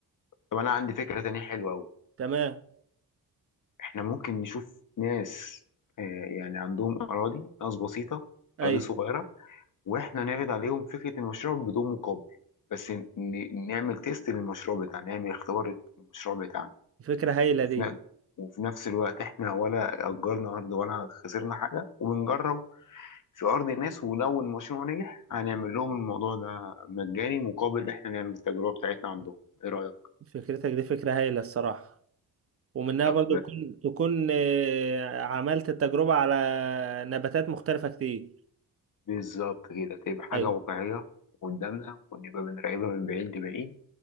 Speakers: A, on the left (about 50°); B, on the right (about 35°).
A: طب انا عندي فكره تانية حلوه قوي
B: تمام
A: احنا ممكن نشوف ناس آه، يعني عندهم اراضي ناس بسيطه
B: ايوه
A: اراضي صغيره واحنا نعرض عليهم فكره المشروع بدون مقابل بس ن- ن- نعمل تيست للمشروع بتاعنا نعمل اختبار للمشروع بتاعنا
B: فكره هايله
A: وفي
B: دي
A: ن- وفي نفس الوقت احنا ولا اجرنا ارض ولا خسرنا حاجه وبنجرب في ارض الناس ولو المشروع نجح هنعمل لهم الموضوع ده مجاني مقابل احنا نعمل التجربه بتاعتنا عندهم ايه رايك
B: فكرتك دي فكره هايله الصراحه ومنها
A: طب
B: برضو تكون تكون آه، عملت التجربة على نباتات مختلفة كتير
A: بالظبط كده تبقى حاجة
B: أيوة
A: واقعية قدامنا ونبقى بنراقبها من بعيد لبعيد